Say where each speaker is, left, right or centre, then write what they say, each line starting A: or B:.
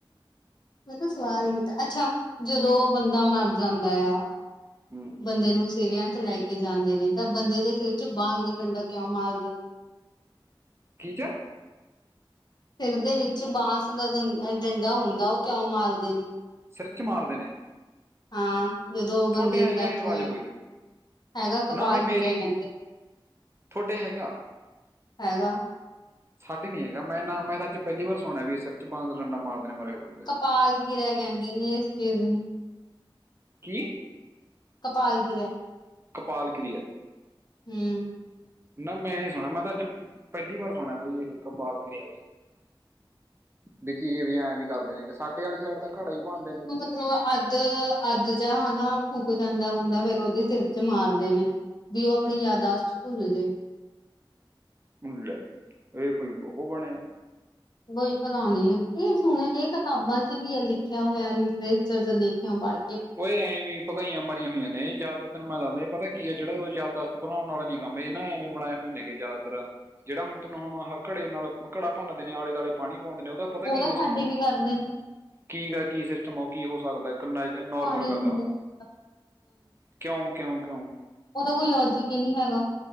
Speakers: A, on the left; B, on the right.
A: ਮੈਂ ਤਾ ਸਵਾਲ ਕੀਤਾ ਅੱਛਾ ਜਦੋ ਓ ਬੰਦਾ ਮਰ ਜਾਂਦਾ ਆ
B: ਹੁੰ
A: ਬੰਦੇ ਨੂੰ ਸੀਵਿਆਂ ਚ ਲੈ ਕੇ ਜਾਂਦੇ ਨੇ ਤਾਂ ਬੰਦੇ ਦੇ ਸਿਰ ਚ ਬਾਂਸ ਦਾ ਡੰਡਾ ਕਿਉਂ ਮਾਰਦੇ ਨੇ?
B: ਕੀ ਕੇਆ?
A: ਸਿਰ ਦੇ ਵਿੱਚ ਬਾਂਸ ਦਾ ਦੰ ਡੰਡਾ ਹੁੰਦਾ ਓ ਕਿਉਂ ਮਾਰਦੇ ਨੇ?
B: ਸਿਰ ਚ ਮਾਰਦੇ ਨੇ?
A: ਹਾਂ ਜਦੋ ਓ
B: ਤੁਹਾਡੇ
A: ਬੰਦੇ
B: ਹੈਗਾ
A: ਦੀ ਡੈਥ
B: ਇਹ ਰਿਵਾਜ
A: ਹੋ ਜਾਂਦੀ
B: ਕੋਈ
A: ਹੈਗਾ ਕਪਾਲ
B: ਨਾ ਬਾਈ ਮੇਰੇ
A: ਗਿਰਿਆ ਕਹਿੰਦੇ
B: ਨਈ
A: ਨੇ।
B: ਥੋਡੇ ਹੈਗਾ।
A: ਹੈਗਾ
B: ਸਾਡੇ ਨੀ ਹੈਗਾ ਮੈਂ ਨਾ ਮੈਂ ਅੱਜ ਪੈਲੀ ਵਾਰੀ ਸੁਣਿਆ ਵੀ ਸਿਰ ਚ ਬਾਂ ਦਾ ਡੰਡਾ ਮਾਰਦੇ ਨੇ ਮਰੇ ਹੋਏ ਨੂੰ
A: ਕਪਾਲ ਕਿਰਿਆ ਕੈਂਦੇ ਨੇ ਏਸ ਚੀਜ਼ ਨੂੰ।
B: ਕੀ?
A: ਕਪਾਲ ਕਿਰਿਆ
B: ਕਪਾਲ ਕਿਰੀਆ
A: ਹੁੰ
B: ਨਾ ਮੈਂ ਨੀ ਸੁਣਿਆ ਮੈਂ ਤਾਂ ਅੱਜ ਪੈਲੀ ਵਾਰ ਸੁਣਿਆ ਬਈ ਇਹ ਕਪਾਲ ਕਿਰਿਆ ਵੇ। ਬੀ ਕੀ ਏ ਵੀ ਐਂਵੇ ਈ ਕਰਦੇ ਨੇ ਕਿ ਸਾਡੇ ਆਲੀ ਸੈਡ ਤਾ ਘੜਾ ਈ ਭੰਨਦੇ ਨੇ
A: ਮਲਬ ਅੱਧ, ਅੱਧ ਜਾ ਹਨਾ ਫੂਕ ਜਾਂਦਾ ਬੰਦਾ ਫੇਰ ਓਦੇ ਸਿਰ ਚ ਮਾਰਦੇ ਨੇ। ਵੀ ਓ ਆਪਣੀ ਯਾਦਾਸ਼ਤ ਭੁੱਲ ਜੇ।
B: ਭੁੱਲੈ, ਏ ਕੋਈ ਉਹ ਬਣਿਆ।
A: ਬਈ ਪਤਾ ਨੀ ਏ ਸੁਣੇ ਏ ਕਿਤਾਬਾਂ ਚ ਵੀ ਐ ਲਿਖਿਆ ਹੋਇਆ ਲਿਟਰੇਚਰ ਚ ਦੇਖਿਓ ਬਾਲੇ
B: ਓਏ ਐਂਵੀ ਪਕਾਈਆਂ ਮਾਰੀਆਂ ਹੋਈਆਂ ਨੇ ਜਆਦਾਤਰ ਤੈਨੂੰ ਮੈਂ ਦੱਸਦਾ ਏ ਪਤਾ ਕੀ ਐ ਜੇੜਾ ਓ ਯਾਦਦਾਸਤ ਭੁਲਾਨ ਆਲਾ ਨੀ ਕੰਮ ਏ ਨਾ ਐਵੇਂ ਬਣਾਇ ਹੋਨੇ ਗੇ ਜਿਆਦਾਤਰ ਜੇੜਾ ਹੁਨ ਥਾਨੂੰ ਹੁ ਆਹਾ ਘੜੇ ਨਾਲ ਘੜਾ ਭੰਨਦੇ ਨੇ ਆਲੇ ਦਆਲੇ ਪੂਆਂਦੇ ਨੇ ਉਦਾ ਪਤਾ
A: ਉਹ
B: ਕੀ
A: ਤਾਂ
B: ਸਿਸਟਮ
A: ਸਾਡੇ
B: ਆ
A: ਵੀ ਕਰਦੇ ਨੇ
B: ਕੀ ਆ ਕੀ ਸਿਸਟਮ ਆ ਕੀ ਹੋ ਸਕਦੈ ਕੰਨਾਂ ਚ ਨੋਰਮਲ
A: ਪਾਣੀ
B: ਗੱਲ
A: ਦਿੰਦੇ
B: ਆ ਓਹ
A: ਨੇ ਤਾਂ,
B: ਕਿਉਂ, ਕਿਉਂ, ਕਿਉਂ
A: ਉਦਾ ਕੋਈ ਲੋਜਿਕ ਈ ਨੀ ਹੈਗਾ।